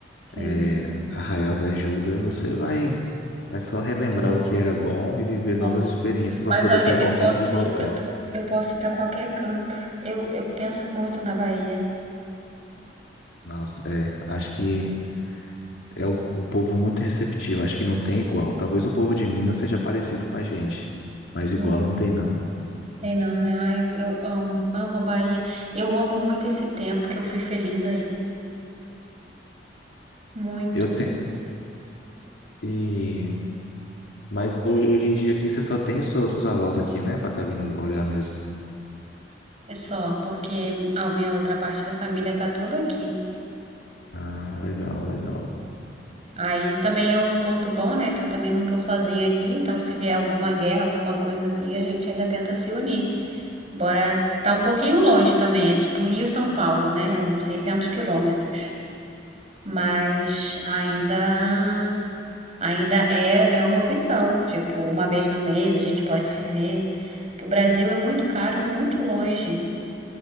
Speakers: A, on the right (about 40°); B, on the left (about 80°).
A: sim.
B: é, Arraial da Ajuda, você vai, vai só relembrar
A: Eu,
B: o que era bom e viver
A: nossa.
B: novas experiências para
A: Mas
B: poder
A: olha,
B: ter vontade
A: eu posso
B: de voltar.
A: ir, eu, po- eu posso ir para qualquer canto. Eu, eu penso muito na Bahia,
B: Nossa, é, acho que é o, o povo muito receptivo, acho que não tem igual. Talvez o povo de Minas seja parecido com a gente, mas
A: né?
B: igual não tem não.
A: Tem não, né? Ai, eu amo, amo a Bahia. Eu amo muito esse tempo que eu fui feliz aí. Muito.
B: Eu tenho, e, mas hoje, hoje em dia aqui você só tem sua- suas avós aqui, né, para estar vindo olhar mesmo.
A: É só, porque a minha outra parte da família tá toda aqui.
B: Ah, legal, legal.
A: Aí também é um ponto bom, né? Que eu também não tô sozinha aqui, então se vier alguma guerra, alguma coisa assim, a gente ainda tenta se unir. Bora tá um pouquinho longe também, é tipo Rio-São Paulo, né? é Uns 600 quilômetros. Mas ainda ainda é, é uma opção. Tipo, uma vez no mês a gente pode se ver. Que o Brasil é muito caro e muito longe.